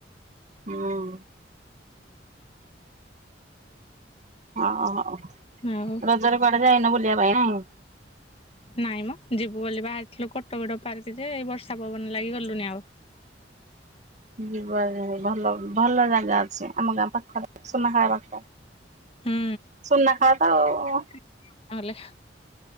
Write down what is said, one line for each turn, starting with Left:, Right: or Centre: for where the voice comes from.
Right: ହଁ। ଓ ହୋ
Left: ଆଉ
Right: ରଜରେ କୁଆଡେ ଯାଇନ ବୁଲିବା ପାଇଁ ନାଇଁ?
Left: ନାଇଁ ମ ଯିବୁ ବୋଲି ବାହାରିଥିଲୁ କଟଗଡ ପାର୍କ ଯେ, ଏଇ ବର୍ଷା ପବନ ଲାଗି ଗଲୁନି ଆଉ।
Right: ଯିବ ଭଲ ଭଲ ଜାଗା ଅଛି, ଆମ ଗାଁ ପାଖରେ ସୁନାଖେଳା ପାଖରେ।
Left: ହୁଁ
Right: ସୁନାଖେଳା ତ ଆଉ।
Left: <unintelligible>